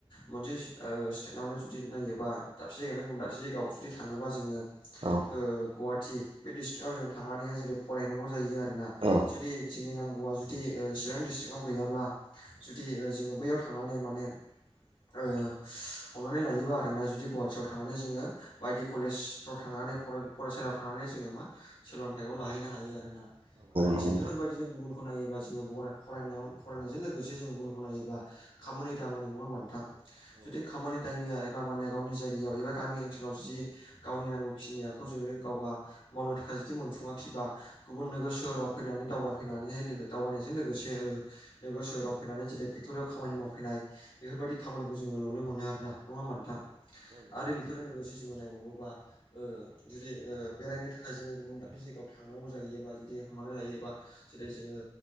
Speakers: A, on the left; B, on the right.
A: मोनसे ओ स्टेआवनो जुदि नायोबा दाबसे जायगायावानिफ्राय गुबुन दाबसे जायगायाव जुदि थाङोबा जोङो
B: औ।
A: ओ गवाहाटि बेडि स्ट्रिकटआव जों थांनानैहाय जेरै फरायनांगौ जायो आरो आरोना
B: औ
A: जुदि जोंनि नांगौआ जुदि ओ चिरां डिस्ट्रिकआव गैयाब्ला जुदि ओ जोङो बैयाव थांनानै माने ओ हमनानै लायोबा आरोना जुदि गवाटियाव थांनानै जोङो बायदि कलेजफ्राव थांनानै फरा-फरायसालियाव थांनानै जोङो मा सोलोंथाइखौ लाहैनो हायो आरो ना आरो
B: नंगौ
A: थिग
B: नोंथां
A: बेफोरबायदिनो गुबुन खौ नायोबा जोङो बराय फरायनायाव फरायनायजों लोगोसे जों गुबुनखौ नायोब्ला खामानि दामानि नङा होमबा नोंथां। जुदि खामानि दामिया-दामानिया गावनि जायगायाव एबा गामि ओनसोलाव जि गावनि नांगौखिनियाखौ जोङो गावगा मावनो थाखाय जुदि मोनफुङाखिबा गुबुन नोगोर सोहोराव फैनानै दावबाय फैनानैहाय लोगो दावबायनायजों लोगोसे ओ नोगोर सोहोराव फैनानै जेरै फेक्ट'रियाव खामानि मावफैनाय बेफोरबायदि खामानिखौ जोङो नुनो मोनो आरोना नङा होमबा नोंथां आरो बेफोरजों लोगोसे जोङो नायबावोबा ओ जुदि ओ बेरायनो थाखाय जोङो गुबुन दाबसे जायगायाव थांनांगौ जायोबा जुदि हमनानै लायोबा जेरै जोङो